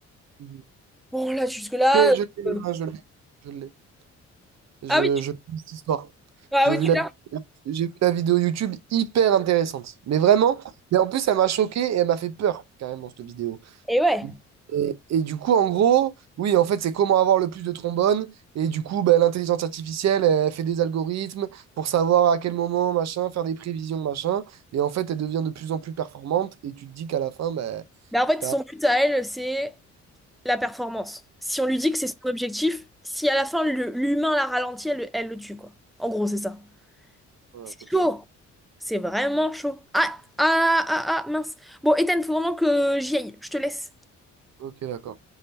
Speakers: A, on the right; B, in the centre.
A: Mhm.
B: Bon, là, jusque-là.
A: Mais Je l'ai,
B: euh,
A: hein, je l'ai. Je l'ai. Je,
B: Ah oui, tu,
A: je connais cette histoire.
B: ah
A: J'ai
B: oui,
A: vu
B: tu
A: la,
B: l'as.
A: j'ai vu la vidéo YouTube hyper intéressante. Mais vraiment, mais en plus, elle m'a choqué et elle m'a fait peur, carrément, cette vidéo.
B: Et ouais.
A: Mm. Et, et du coup, en gros, oui, en fait, c'est comment avoir le plus de trombones. Et du coup, ben, l'intelligence artificielle, elle fait des algorithmes pour savoir à quel moment, machin, faire des prévisions, machin. Et en fait, elle devient de plus en plus performante. Et tu te dis qu'à la fin, ben,
B: Mais en fait,
A: t'as...
B: son but à elle, c'est la performance. Si on lui dit que c'est son objectif, si à la fin, le- l'humain la ralentit, elle, elle le tue, quoi. En gros, c'est ça.
A: Voilà,
B: C'est
A: t'as tout
B: chaud.
A: compris.
B: C'est vraiment chaud. Ah, ah, ah, ah, ah, mince. Bon, Ethan, faut vraiment que j'y aille. Je te laisse.
A: Ok, d'accord.